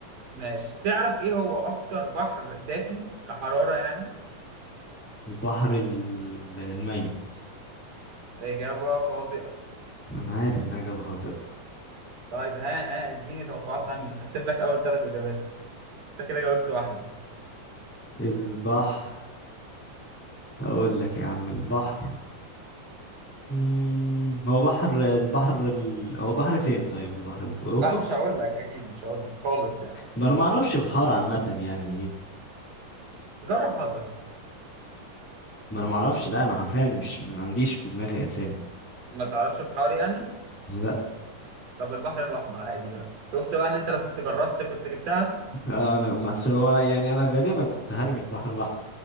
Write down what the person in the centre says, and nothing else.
البحر ال- الميت
انا عارف انها اجابة خاطئة
البحر اقول لك يا عم البحر مم، هو بحر البحر ال... هو بحر فين طيب البحر ده في اوروبا
ما انا ما اعرفش بحار عامه يعني
ما انا ما اعرفش لا انا حرفيا مش ما عنديش في دماغي اسامي
لا
انا بس هو يعني انا غالبا كنت هرمي البحر الاحمر